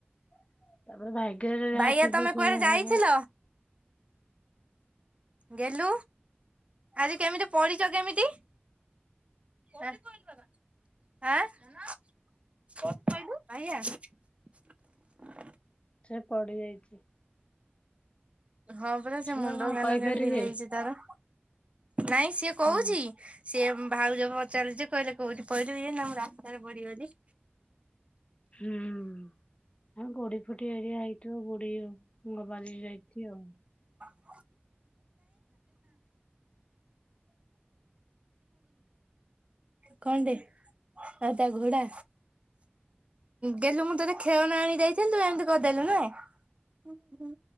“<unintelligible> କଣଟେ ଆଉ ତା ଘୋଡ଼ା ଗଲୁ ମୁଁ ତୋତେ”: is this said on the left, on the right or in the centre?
Right